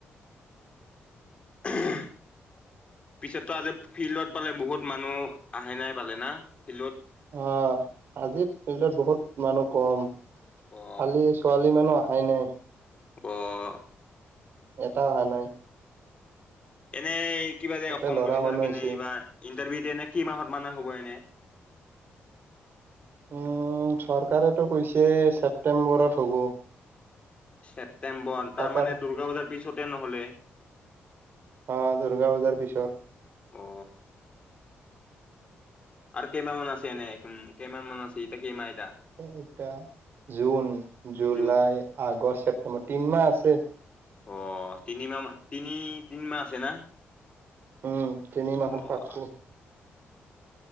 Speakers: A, on the left; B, on the right.
A: <unintelligible> পিছততো আজি ফিল্ডত পালে বহুত মানুহ আহে নাই পালে না ফিল্ডত।
B: অ' আজি ফিল্ডত বহুত মানুহ কম,
A: অ
B: খালি ছোৱালী মানুহ অহাই নাই
A: অ'
B: এটাও অহা নাই
A: এনেই কিবা যে
B: গোটেই
A: অসম
B: ল'ৰা
A: পুলিচৰ
B: মানুহ
A: কেনে
B: আহিছে।
A: এইবাৰ, ইণ্টাৰভিউ দিয়ে নে, কি মাহত মানে হ'ব এনে?
B: উম, চৰকাৰেতো কৈছে ছেপটেম্বৰত হ'ব।
A: ছেপ্টেম্বৰ তাৰ
B: পাতাৰ
A: মানে দুৰ্গা পূজাৰ পিছতে নহলে?
B: অ' দুৰ্গা পূজাৰ পিছত।
A: অ আৰু কেইমাহ মান আছে এনেই, উ'ম কেইমান মান আছে, এতিয়া কেইমাহ এতিয়া?
B: এ-এতিয়া জুন, জুলাই,
A: জু
B: আগষ্ট, ছেপটেম্বৰ তিন মাহ আছে।
A: অ' তিনিমাহ মান তিনি-তিনিমাহ আছে না?
B: উ'ম তিনি মাহত
A: অ',
B: পাত'ব